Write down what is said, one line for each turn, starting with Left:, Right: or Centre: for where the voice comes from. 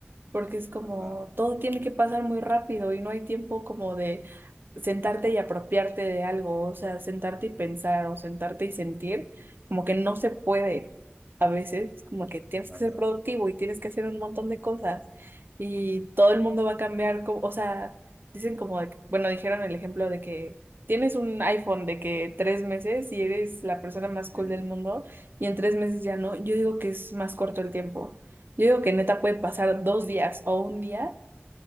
Right: porque es como
Centre: Ajá,
Right: todo tiene que pasar muy rápido y no hay tiempo como de sentarte y apropiarte de algo, o sea, sentarte y pensar o sentarte y sentir, como que no se puede a veces, es como que tienes
Centre: ajá.
Right: que ser productivo
Centre: ajá.
Right: y tienes que hacer un montón de cosas y todo el mundo va a cambiar, co- o sea, dicen como, de que- bueno, dijeron el ejemplo de que... Tienes un iPhone de que tres meses y eres la persona más
Centre: Sí,
Right: cool del mundo y en tres meses ya no. Yo digo que es más corto el tiempo. Yo digo que neta puede pasar dos
Centre: sí,
Right: días o un día